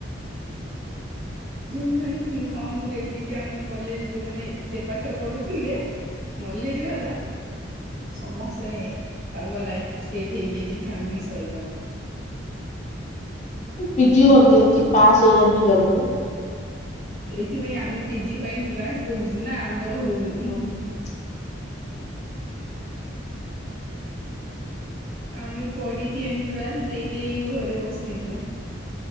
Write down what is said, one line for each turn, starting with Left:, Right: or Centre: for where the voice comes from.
Right: ଯୋଉମାନେ ହଁ ମୁଁ ଦେଖିଚି ଆମ କଲେଜ୍ ଯୋଉମାନେ ସେ ପାଠ ପଢୁଥିଲେ ନଲେଜ୍ ବାଲା ସମସ୍ତେ ତାଙ୍କ ଲାଇଫି ସେଠ୍ ହେଇଯାଇଚି ଫ୍ୟାମିଲି ସହିତ।
Left: ପିଜି କରିଦିଅନ୍ତି ପାସ୍ ହେଇଯାନ୍ତି ଜଲ୍ଦୀ।
Right: ସେଇଥିପାଇଁ ଆମେ ପିଜି ପାଇଁ ଏଣ୍ଟ୍ରାନ୍ସ ଦଉଚି ନା ଆମର ହଉନି।
Left: ହୁଁ।
Right: ଆମେ ପଢିକି ଏଣ୍ଟ୍ରାନ୍ସ ଦେଇ ଦେଇକି ଘରେ ବସିଚୁ।